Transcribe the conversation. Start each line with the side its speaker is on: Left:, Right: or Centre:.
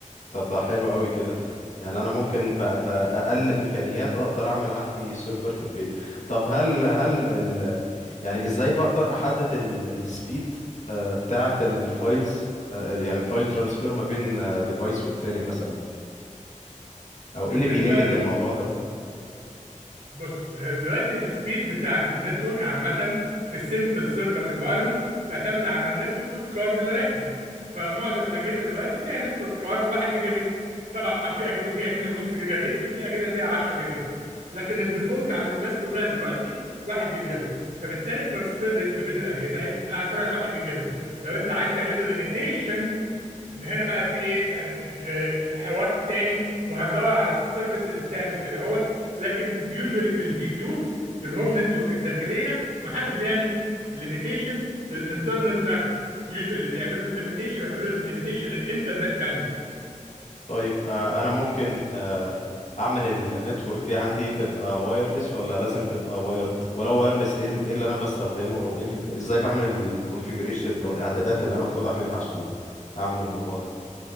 Left: طب ده حلو قوي كده يعني انا ممكن ب- باقل امكانيات اقدر اعمل عندي سيرفر في البيت طب هل هل ال يعني ازاي بقدر احدد السبيد بتاعة الفايلز آه، ال- يعني الفايل ترانسفير ما بين ديفايس والتاني مثلا او
Right: بالنسبه
Left: ايه اللي بيليميت الموضوع ده
Right: بص هي دلوقتي السبيد بتاعت النتورك عامة في السيمبل سيرفر انفايرمنت تعتمد على النتورك كارد اللي راكب فمعظم الأجهزة دلوقتي فيها نتورك كارد 1 جيجا بت طبعا في أجهزة فيها 2.5 جيجا بت وفي أجهزة فيها 10 جيجا بت لكن الديفولت عند الناس كلها دلوقتي 1 جيجا بت فبالتالي ترانسفير ريت ما بين الأجهزة هيبقى على سرعة 1 جيجا بت لو أنت عايز تعمله ليميتيشن ده هنا بقى في ايه يعني آه، حوار تاني وهندور على السيرفيس اللي بتعمل كده هوت لكن يوجوالي في البيوت في الهوم نتورك الداخليه ما حدش بيعمل ليميتيشن للانترنال ترافيك يوجوالي اللي بيعملوا ليميتيشن بيعملوا ليميتيشن للانترنت باندويث
Left: طيب آه، انا ممكن آه، اعمل النتورك دي عندي تبقى وايرلس ولا لازم تبقى وايرد ولو وايرلس ايه ال- إيه اللي انا بستخدمه او ايه ال- ازاي بعمل الكونفيجريشن او الاعدادات اللي انا المفروض اعملها عشان اعمل الموضوع ده